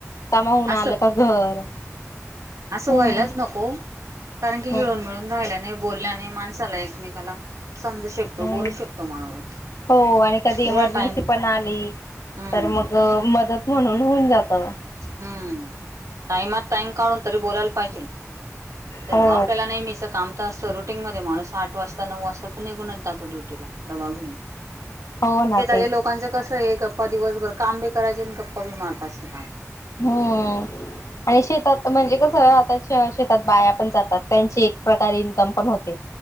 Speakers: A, on the left (about 75°); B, on the right (about 80°).
A: कामाहून आलं
B: अस
A: का घर
B: असं
A: हम्म
B: व्हायलाच नको कारण की
A: हम्म
B: हिळून, मिळून राहायला नाही बोलल्याने माणसाला एकमेक समजू शकतो,
A: हम्म
B: बोलू शकतो, माणूस.
A: हो आणि कधी
B: एवढा
A: इमर्जन्सी
B: टाइम
A: पण आली,
B: हम्म
A: तर मग मदत म्हणून होऊन जात ह!
B: हम्म टाइमात, टाइम काढून तरी बोलायला पाहिजे. चल
A: हो
B: बॉ आपल्याला नेहमीच काम असं रुटीन मध्ये माणुस आठ वाजता नऊ वाजता तर निघूनच जातो ड्युटी डबा घेऊन
A: हो ना
B: शेजारी
A: तेच
B: लोकांच कसं हे गप्पा दिवसभर, काम बी करायचे, न गप्पा बी मारत असे
A: हो आणि शेतात म्हणजे कस आता शेतात बाया पण जातात, त्यांची एक प्रकारे इन्कम पण होते.